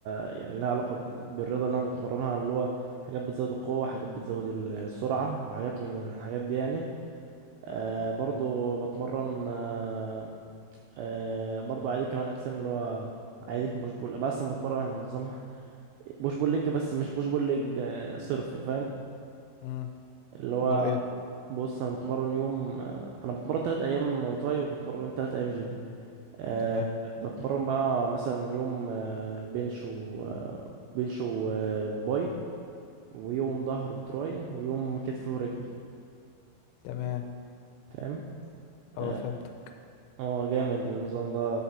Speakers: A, on the right; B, on the left.
A: يعني لها علاقة بت- بالرياضة اللي انا بتمرنها اللي هو حاجات بتزود القوة حاجات بتزود ال- السرعة وحاجات من الحاجات دي يعني آه برضو بتمرن آه آه برضو عادي كمان اجسام اللي هو عادي بوش بول بس انا بتمرن على نظام بوش بول ليج بس مش بوش بول ليج آه صرف فاهم
B: امم
A: اللي هو
B: امال ايه
A: بص انا بتمرن يوم آه، انا بتمرن تلات ايام مواي تاي وبتمرن تلات ايام جيم أه
B: تمام
A: بتمرن بقى مثلا يوم آه، بنش و آه، بنش و- آه، وباي ويوم ظهر وتراي ويوم كتف ورجل
B: تمام
A: تمام
B: اه
A: اه
B: فهمتك
A: آه، جامد النظام ده